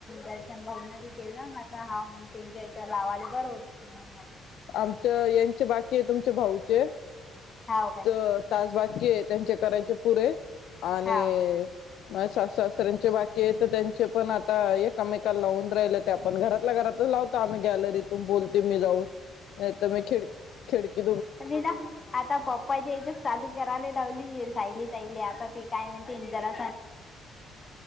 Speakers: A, on the left; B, on the left.
A: दर्शन भाऊ न बी केलं म्हंटल, हाव मग त्यांच्या याच्यावर लावाले बर होते म्हणे म्हून माझ
B: आमच यांचे बाकी आहे तुमचे भाऊ- चे-
A: हाव काय
B: तर तास बाकी आहेत. त्यांचे करायचे पुरे आणि-
A: हाव
B: सासू सासऱ्यांचे बाकी आहे, तर त्यांचे पण आता एककामेकाला लावून राहिल ते, आपण घरातल्या घरातच लावतो आम्ही गॅलरीतून बोलते मी जाऊन- नाही तर, मी खिड खिडकी
A: ब आता पप्पा ज <unintelligible> चालू करायला लावली जायली तहिली आता तती काय म्हणते जरा